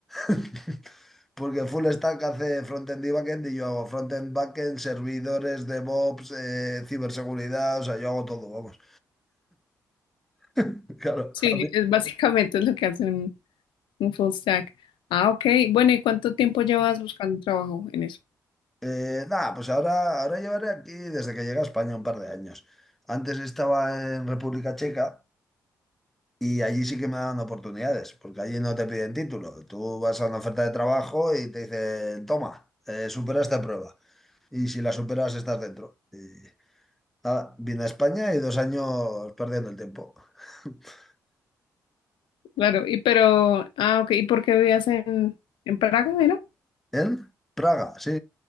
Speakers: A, in the centre; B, on the left (about 70°).
A: <laughs> Porque full stack hace frontend y backend y yo hago frontend, backend, servidores, DevOps, eh, ciberseguridad, o sea, yo hago todo, vamos. <laughs> Claro,
B: Sí,
A: a mí
B: es básicamente es lo que hace un, un full stack. Ah, ok. Bueno, ¿y cuánto tiempo llevas buscando trabajo en eso?
A: Eh, nada, pues ahora, ahora llevaré aquí desde que llegué a España un par de años. Antes estaba en República Checa y allí sí que me daban oportunidades, porque allí no te piden título. Tú vas a una oferta de trabajo y te dicen, toma, eh, supera esta prueba. Y si la superas, estás dentro. Y nada, vine a España y dos años perdiendo el tiempo. <laughs>
B: Claro, y pero, ah, ok, ¿y por qué vivías en, en Praga, era?
A: En Praga, sí.